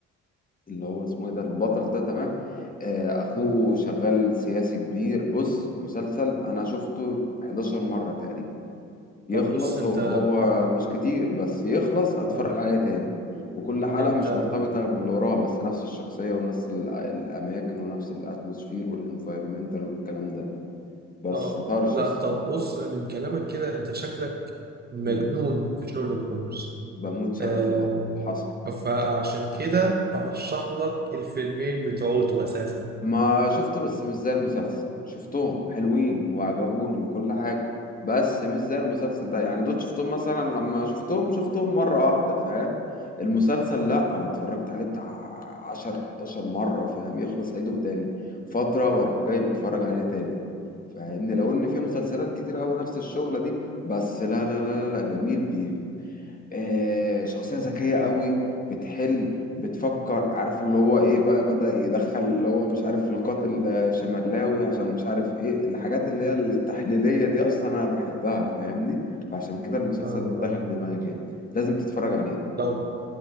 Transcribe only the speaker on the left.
اللي هو اسمه إيه ده البطل ده تمام آه، أخوه
شغال سياسي كبير بص مسلسل أنا شفته 11 مرة تقريبا يخلص
هو, هو مش كتير بس يخلص أتفرج
عليه تاني وكل حلقة
مش مرتبطة باللي وراها بس نفس الشخصية ونفس ال- الأماكن ونفس الأتموسفير والإنفايرومنتال والكلام ده بس
طرش
الصراحة
امم
بموت شرق
اه حصل
حصل
ما شفته بس مش زي المسلسل شفتهم حلوين وعجبوني وكل حاجة بس مش زي المسلسل ده يعني دول شفتهم مثلا لما شفتهم شفتهم مرة واحدة فاهم المسلسل لا انا اتفرجت عليه بتاع 10 11 مرة فاهم يخلص عيده تاني فترة واروح جاي متفرج عليه تاني فاهمني لو ان في مسلسلات كتير قوي نفس الشغلة دي بس لا لا لا لا لا، جميل آه، شخصية ذكية قوي بتحل بتفكر عارف اللي هو ايه بقى بدأ يدخل اللي هو مش عارف القاتل آه، شمالاوي عشان مش عارف ايه الحاجات اللي هي التحليلية دي اصلا انا بحبها فاهمني فعشان كده المسلسل
ده دخل دماغي جامد لازم تتفرج عليه